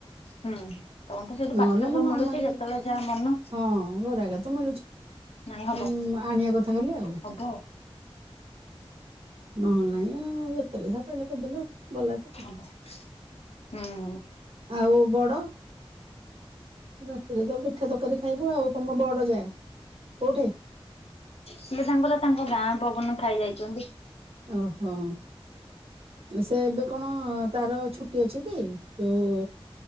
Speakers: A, on the left; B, on the right.
A: ହଁ, ତୋମ ତ ସେଇଠୁ
B: ନହେଲେ
A: ପାଖରେ ସବୁ
B: ମୁଁ ନର୍ମାଲି
A: ମିଳୁଚି ଯେତେବେଳେ ଯା ମନ
B: ହଁ ଘର ଆଗରେ ତ ମିଳୁଛି
A: ନାଇଁ ହବ,
B: ଉଁ, ଆଣିବା କଥା ଖାଲି ଆଉ
A: ହବ।
B: ନହେନ ନାଇଁ ଆଉ ଯେତେବେଳେ ଯାହା ପାଇଲେ କରିଦେଲେ ଗଲା ତ।
A: ହଁ।
B: ଆଉ ବଡ? ରାତିରେ ତ ପିଠା ତରକାରୀ ଖାଇବୁ ଆଉ, ତୋମ ବଡ ଯା କୋଉଠି?
A: ସିଏ ସାଙ୍ଗର ତାଙ୍କ ଗାଁ ପବନ ଖାଇ ଯାଇଚନ୍ତି।
B: ଓହୋ! ଏ ସେ ଏବେ କଣ ତାର ଛୁଟି ଅଛି କି? ଯୋଉ